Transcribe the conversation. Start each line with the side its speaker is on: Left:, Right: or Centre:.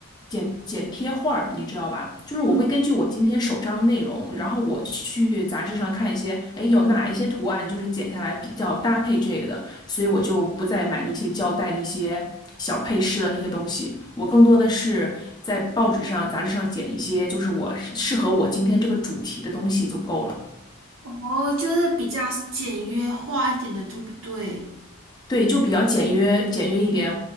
Left: 剪剪贴画儿，你知道吧？就是我会根据我今天手账的内容，
Right: 嗯，
Left: 然后我去杂志上看一些，哎，有哪一些图案就是剪下来比较搭配这个的，所以我就不再买那些胶带、那些小配饰了那些东西。我更多的是在报纸上、杂志上剪一些，就是我适合我今天这个主题的东西就够了。
Right: 哦，就是比较简约化一点的，对不对？
Left: 对，就比较简约，简约一点。